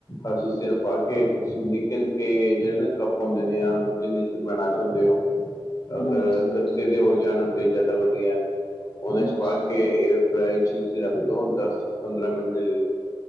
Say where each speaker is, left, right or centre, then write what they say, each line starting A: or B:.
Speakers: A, on the left (about 40°); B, on the left (about 70°).
A: ਹਰਸ਼ੀਜ਼ ਸਿਰਪ ਪਾ ਕੇ ਤੁਸੀਂ ਨਿੱਕੇ-ਨਿੱਕੇ ਜਿਹੜੇ ਨਾ ਕੱਪ ਹੁੰਦੇ ਨੇ ਆ ਜਿੰਨੇ ਚ ਤੁਸੀਂ ਬਣਾ ਚਾਂਹੁਦੇ ਹੋ।
B: <inaudible>
A: ਅਗਰ
B: ਹਾਂਜੀ-ਹਾਂਜੀ,
A: ਗੱਤੇ ਦੇ ਹੋ ਜਾਣ ਤੇ ਜ਼ਿਆਦਾ ਵਧੀਆ। ਉਹਨੇ ਚ
B: ਅੱਛਾ,
A: ਪਾ ਕੇ ਏਅਰ ਫਰਾਇਜ ਚ ਰੱਖ ਦੋ ਦਸ ਪੰਦਰਾਂ ਮਿੰਟ ਦੇ ਲਈ।